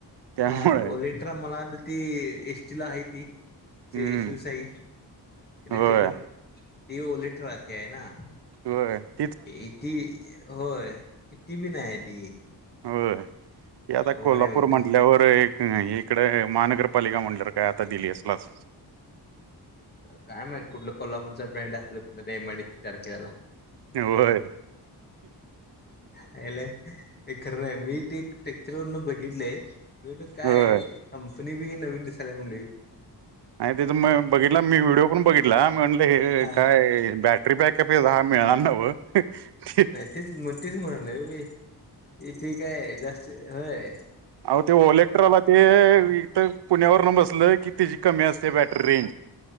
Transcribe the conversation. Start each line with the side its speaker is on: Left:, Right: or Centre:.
Right: त्यामुळे
Left: हा ओलेट्र मला ती एसटीला आहे ती
Right: हम्म
Left: शिवसाई- इलेक्ट्रिकल
Right: होय
Left: ती ओलेट्रा ची आहे ना-
Right: होय -
Left: इती होय इती बी नाही आहे ती-
Right: हो ती आता
Left: अवघड
Right: कोल्हापूर
Left: आहे म्हटलं
Right: म्हंटल्यावर- होय इकड महानगरपालिका म्हणल्यावर काय आता दिली असलाच-
Left: काय माहित कुठलं कोल्हापूरच ब्रँड असल कुठलं तर एमआयडीसी तारखेला.
Right: होय
Left: आयला काय खरं नाही मी ते टेक्चर वरन बघितलंय. मी म्हणलं काय
Right: होय
Left: आहे कंपनी बी नवीन दिसायल्या म्हंणलो मी-
Right: आणि तिथ मग बघितला मी व्हिडओ पण बघितला. ला म्हणल
Left: हा
Right: काय बॅटरी बॅकअप हे हा मिळणार नव्ह. ते
Left: तीच तेच म्हणालो मी इथे काय जास्त व्हय.
Right: आहो ते ओलेक्ट्राला ते हीथ पुण्यावरून बसल की त्याची कमी असते बॅटरी.